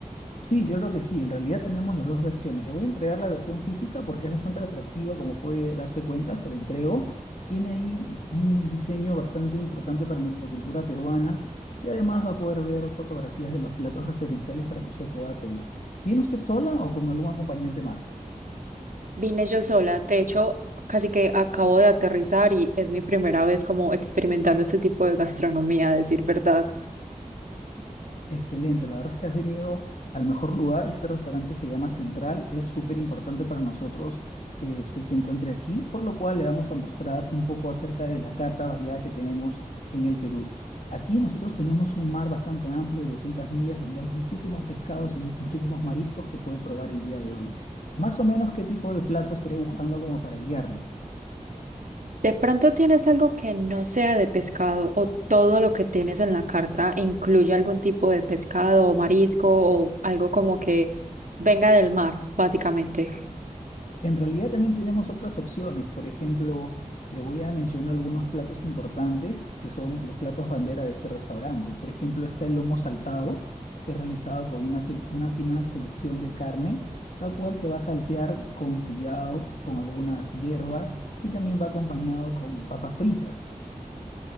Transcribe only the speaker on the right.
Vine yo sola. De hecho, casi que acabo de aterrizar y es mi primera vez como experimentando este tipo de gastronomía, a decir verdad.
De pronto tienes algo que no sea de pescado o todo lo que tienes en la carta incluye algún tipo de pescado o marisco o algo como que venga del mar, básicamente.